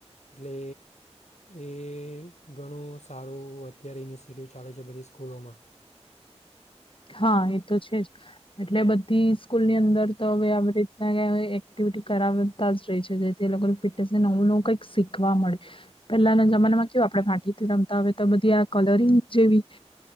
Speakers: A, on the left; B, on the left.
A: એટલે એ ઘણું સારું અત્યારે ઇનિશિએટિવ ચાલે છે બધી સ્કૂલોમાં
B: હા એ તો છે જ એટલે બધી સ્કૂલ ની અંદર તો હવે આવી રીતના કય એક્ટિ કરાવતા જ રહી છે જેથી અલગ અલગ ફિટનેસ ને નવું નવું કંઈક શીખવા મળે પેલાના જમાનામાં કેવું આપણે રમતા હવે તો બધી આ કલરિંગ જેવી